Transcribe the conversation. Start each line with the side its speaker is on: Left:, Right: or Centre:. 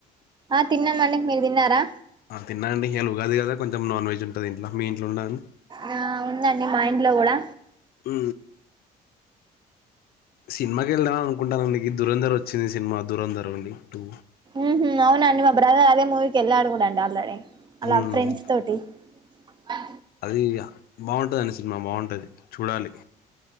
Right: ఆ తిన్నామండి మీరు తిన్నారా
Left: ఆ తిన్నా అండి ఇళ ఉగాది కదా కొంచెం నాన్ వెజ్ ఇంట్లో మీ ఇంట్లో ఉండను
Right: ఆ ఉందండి మా ఇంట్లో కూడా
Left: అ సినిమాకి వెళ్దా అని అనుకుంటానండి దూరంధర వచ్చింది సినిమా దూరంధర అండి టూ
Right: ఉ అవునండి మా బ్రదర్ అదే మూవీ ఎలా అడుకుండండి ఆల్రీ అలా
Left: మ్మ్.
Right: ఫ్రెండ్స్ తోటి హ
Left: అది బాగుంటదండి సినిమా బాగుంటది చూడాలి